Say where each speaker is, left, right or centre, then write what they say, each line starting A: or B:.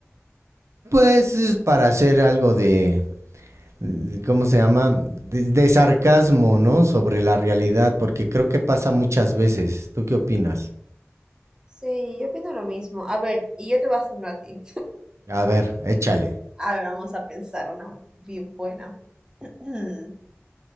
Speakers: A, on the right; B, on the right.
A: Pues es para hacer algo de mm, ¿cómo se llama? De, de sarcasmo, ¿no? Sobre la realidad, porque creo que pasa muchas veces. ¿Tú qué opinas?
B: Sí, yo opino lo mismo. A ver, y yo te voy a hacer una a ti.
A: A ver, échale.
B: Ahora vamos a pensar una bien buena. <clears throat>